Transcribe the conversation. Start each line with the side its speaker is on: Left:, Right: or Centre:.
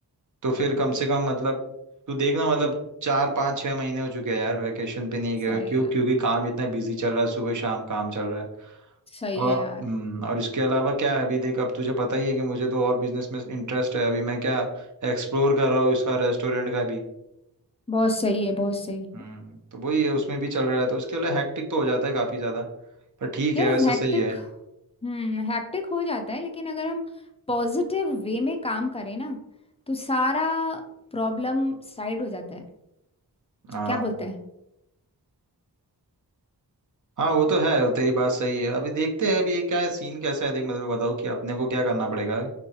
Right: तो फिर कम से कम मतलब तू देखना मतलब चार पाँच छह महीने हो चुके हैं यार वैकेशन पे नहीं गया
Left: सही
Right: क्यों
Left: है
Right: क्योंकि काम इतना बिजी चल रहा है सुबह शाम काम चल रहा है
Left: सही
Right: और
Left: है
Right: हम्म,
Left: यार
Right: और इसके अलावा क्या है अभी देख अब तुझे पता ही है कि मुझे तो और बिजनेस में इंटरेस्ट है अभी मैं क्या एक्सप्लोर कर रहा हूँ इसका रेस्टोरेंट का भी
Left: बहुत सही है बहुत सही
Right: हम्म तो वही है उसमें भी चल रहा है तो उसके लिए हैक्टिक तो हो जाता है काफी ज्यादा पर ठीक
Left: यार
Right: है वैसे
Left: हैक्टिक
Right: सही है
Left: हम्म हैक्टिक हो जाता है लेकिन अगर हम पॉजिटिव वे में काम करें ना तो सारा प्रॉब्लम साइड हो जाता है
Right: हाँ
Left: क्या बोलते हैं
Right: हाँ वो तो है तेरी बात सही है अभी देखते हैं अभी ये क्या है सीन कैसा है देख मैं तेरे को बताऊँ कि अपने को क्या करना पड़ेगा